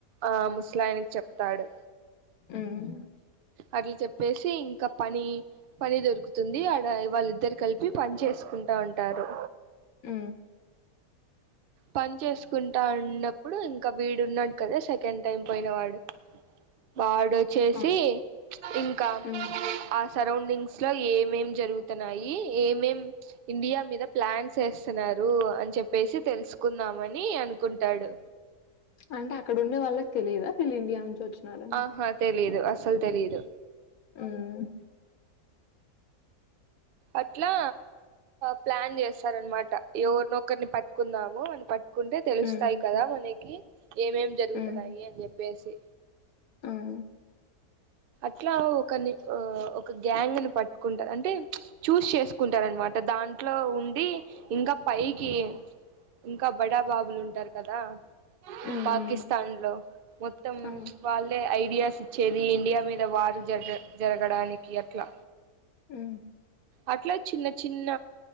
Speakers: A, on the right; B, on the left.
A: ఆ ముసలాయికి చెప్తాడు
B: ఉమ్
A: అట్లా చెప్పేసి ఇంకా పని పని దొరుకుతుంది తుంది అడ వాళ్ళిద్దరు కలిపి పని చేసుకుంటా ఉంటారు
B: ఆ
A: పని చేసుకుంటా అన్నప్పుడు ఇంకా వీడున్నాడు కదా సె ఎన్ టైం పోయినవాడు వాడు వచ్చేసి
B: ఆ
A: ఇంకా
B: ఉమ్
A: సరౌండింగ్స్ లో ఏమేం జరుగుతున్నాయి ఏమేం ఇండియా మీద ప్లాన్స్ చేస్తున్నారు అని చెప్పేసి తెలుసుకుందామని అనుకుంటాడు
B: అంటే అక్కడ ఉండే వాళ్ళకి తెలియదా వీళ్ళు ఇండియా నుంచి వచ్చినారని
A: ఆహా తెలీదు అసలు తెలీదు
B: ఉమ్
A: అట్లా ప్లాన్ చేస్తారనమాట ఎవరినొకరిని పట్టుకుందాము అని పట్టుకుంటే తెలుస్తాయి
B: ఉమ్
A: కదా మనకి ఏమేం జరుగుతున్నాయి
B: ఉమ్
A: అని చెప్పేసి
B: ఉమ్ ఆ
A: అట్లా ఒకని ఒక గ్యాంగ్ ని పట్టుకుంటారు అంటే చూస్ చేసుకుంట అంటారునమాట దాంట్లో ఉండి ఇంకా పైకి ఇంకా బడా బాబులు ఉంటారు కదా
B: ఉమ్ ఉమ్
A: పాకిస్తాన్ లో మొత్తం
B: ఆ
A: వాళ్ళే ఐడియాస్ ఇచ్చేది ఇండియా మీద వారు జ జరగడానికి అట్లా
B: మ్
A: అట్లా చిన్న చిన్న